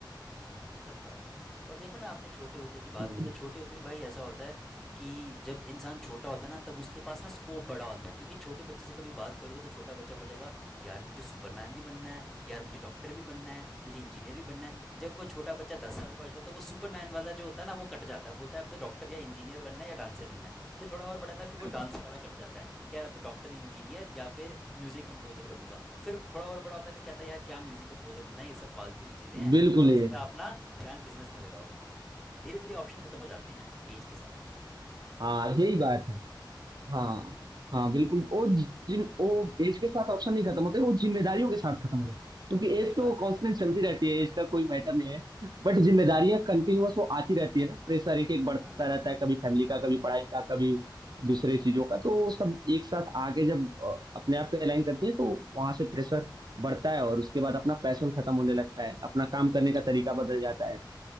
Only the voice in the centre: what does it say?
आ, सच बात है और देखो ना आपने छोटे होते की बात
की तो छोटे होते भी भाई ऐसा होता है कि जब इंसान छोटा होता है ना तब उसके पास ना स्कोप बड़ा होता है क्योंकि छोटे बच्चे से कभी बात करोगे तो छोटा बच्चा बोलेगा यार मुझे सुपरमैन भी बनना है यार मुझे डॉक्टर भी बनना है मुझे इंजीनियर भी बनना है जब वो छोटा बच्चा दस साल का हो जाता है तो वो सुपरमैन वाला जो होता है ना वो कट जाता है बोलता है अब तो डॉक्टर या इंजीनियर बनना है या डांसर बनना है फिर थोड़ा और बढ़ाता है फिर वो
डांसर वाला कट जाता है कि यार अब तो डॉक्टर इंजीनियर या फिर म्यूज़िक कंपोजर बनूंगा फिर थोड़ा और बड़ा होता है फिर कहता है यार क्या म्यूज़िक कंपोजर बनना है ये सब फालतू की चीज़ें हैं
अब
सीधा
अपना ध्यान बिजनेस में लगाओ धीरे धीरे ऑप्शन खत्म हो जाते हैं एज के साथ
<laughs>
हम्म,
सच बात
है
हम्म,
आ,